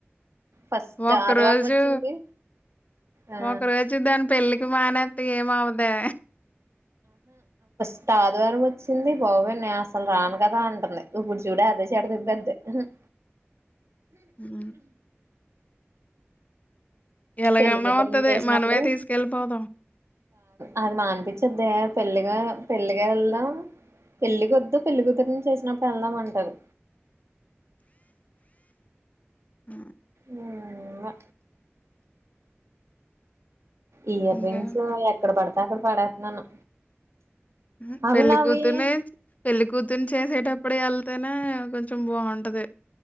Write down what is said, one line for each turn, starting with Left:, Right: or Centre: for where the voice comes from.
Right: ఫస్ట్
Left: ఒక్క
Right: ఆదివారం
Left: రోజు
Right: వచ్చింది ఆ
Left: ఒక్క రోజు దాని పెళ్ళికి మానే టు ఏమ్ అవదె
Right: ఇక ఆదివారం వచ్చింది బాబొయ్ నేను అసలు రాను కదా అంటుంది ఇప్పుడు చూడేలే అదే <unintelligible>
Left: అవున ఎలాగన్నా
Right: పెళ్ళి కూతురుని
Left: వత్తది
Right: చేసినట్లు
Left: మనమే తీసుకెళ్ళిపోదాం.
Right: అవున అనిపించ్చుదేమో పెళ్ళిగా పెళ్ళిగా వెళ్దాం పెళ్ళికి వొద్దు పెళ్ళి కూతురిని చేసినప్పుడు వెళ్దామంటారు
Left: ఉను
Right: ఊ ఇవ్వ ఇయర్
Left: ఇంకేం
Right: రింగ్స్ ఎక్కడ పడతే అక్కడ పడేస్తున్నాను
Left: ఉ
Right: అవి
Left: పెళ్లికూతుర్నె
Right: నావి
Left: పెళ్లి కూతుర్ని చేసేటప్పుడు అప్పుడు వెళ్తేనే కొంచెం బాగుంటది